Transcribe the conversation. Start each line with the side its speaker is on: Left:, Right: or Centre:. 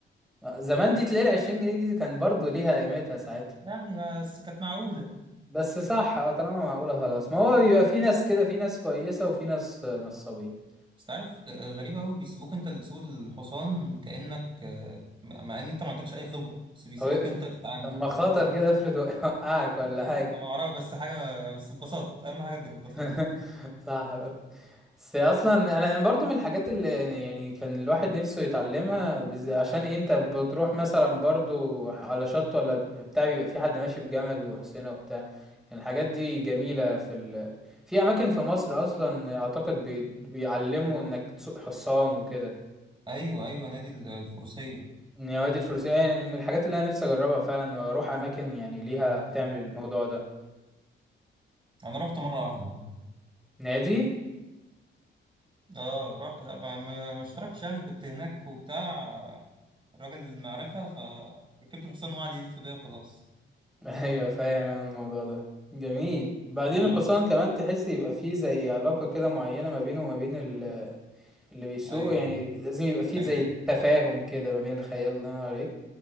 Centre: زمان دي تلاقي العشرين جنيه دي كان برضو ليها قيمتها ساعتها
Right: يعني بس كانت معقولة
Centre: بس صح اه طالما معقولة خلاص ما هو بيبقى في ناس كده في ناس كويسة وفي ناس آه، نصابين
Right: بس تعرف غ- غريبة أوي بيسيبوك أنت اللي تسوق الحصان كأنك آه، مع إن أنت ما عندكش أي خبرة بس بيسيبوك
Centre: طب إيه-
Right: أنت تتعامل
Centre: اما خاطر كده افرض وقعك ولا
Right: لا،
Centre: حاجة
Right: أنا ما أعرف بس حاجة بس اتبسطت أهم حاجة إنك اتبسطت
Centre: <laughs> صح برضه بس اصلا انا برضو من الحاجات اللي يعني كان الواحد نفسه يتعلمها بز... عشان إيه انت بتروح مثلا برضو على شط ولا بتاع بيبقى في حد ماشي بجمل وحصينة وبتاع يعني الحاجات دي جميلة في ال... في اماكن في مصر اصلا اعتقد بي... بيعلموا انك تسوق حصان وكده
Right: أيوه أيوه نادي ال- الفروسية
Centre: يا وادي الفلوسية يعني من الحاجات اللي أنا نفسي أجربها فعلا وأروح أماكن يعني ليها بتعمل الموضوع ده
Right: انا رحت مره واحده والله
Centre: نادي
Right: اه ر... لا ما... ما ما اشتركتش يعني كنت هناك وبتاع الراجل المعرفه فركبت الحصان وقعد يلف بيا وخلاص
Centre: <laughs> أيوة فاهم أنا الموضوع ده جميل بعدين
Right: ليه
Centre: الحصان كمان تحس يبقى فيه زي علاقة كده معينة ما بينه وما بين ال- اللي بيسوقه
Right: ايوه
Centre: يعني لازم يبقى فيه
Right: خيال
Centre: زي تفاهم كده ما بين الخيال اللي أنا عليك